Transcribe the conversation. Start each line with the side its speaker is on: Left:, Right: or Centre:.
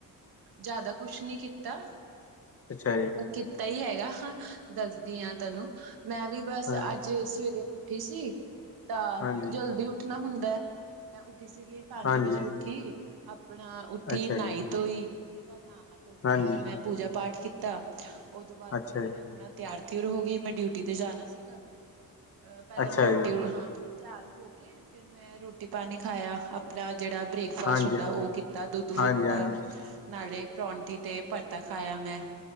Right: ਜ਼ਿਆਦਾ ਕੁਛ ਨੀ ਕੀਤਾ
Left: ਅੱਛਾ ਜੀ
Right: ਕੀਤਾ ਹੀ ਹੈਗਾ। ਦੱਸਦੀ ਹਾਂ ਤੈਨੂੰ, ਮੈਂ ਵੀ ਬਸ
Left: ਹਾਂ
Right: ਅੱਜ ਸਵੇਰੇ ਉੱਠੀ ਸੀ ਤਾਂ
Left: ਹਾਂਜੀ
Right: ਜਲਦੀ ਉੱਠਣਾ ਹੁੰਦਾ ਏ, ਮੈਂ ਉੱਠੀ ਸੀਗੀ ਪੰਜ
Left: ਹਾਂਜੀ
Right: ਵਜੇ ਉੱਠੀ ਆਪਣਾ ਉੱਠੀ
Left: ਅੱਛਾ
Right: ਨਾਈ
Left: ਜੀ
Right: ਧੋਈ, ਠੀਕ ਆ ਨਹਾ ਧੋ ਕੇ
Left: ਹਾਂਜੀ
Right: ਫਿਰ ਮੈਂ ਪੂਜਾ ਪਾਠ ਕੀਤਾ ਉਹ ਤੋਂ ਬਾਅਦ
Left: ਅੱਛਾ
Right: ਫਿਰ ਮੈਂ
Left: ਜੀ
Right: ਆਪਣਾ ਤਿਆਰ ਤਉਰ ਹੋ ਗਈ, ਮੈਂ ਡਿਊਟੀ ਤੇ ਜਾਣਾ ਸੀਗਾ। ਅ ਪਹਿਲਾਂ
Left: ਅੱਛਾ
Right: ਮੈਂ ਰੋਟੀ
Left: ਜੀ
Right: ਹਾਂ ਮਤਲਬ ਤਿਆਰ ਹੋ ਕੇ ਫਿਰ ਮੈਂ ਰੋਟੀ ਪਾਣੀ ਖਾਇਆ ਆਪਣਾ ਜਿਹੜਾ ਬ੍ਰੇਕਫਾਸਟ
Left: ਹਾਂਜੀ
Right: ਹੁੰਦਾ, ਉਹ ਕੀਤਾ ਦੁਧੂ
Left: ਹਾਂਜੀ
Right: ਪੀਤਾ
Left: ਹਾਂਜੀ
Right: ਨਾਲੇ ਪਰੌਟੀ ਤੇ ਪਰਤਾ ਖਾਇਆ ਮੈਂ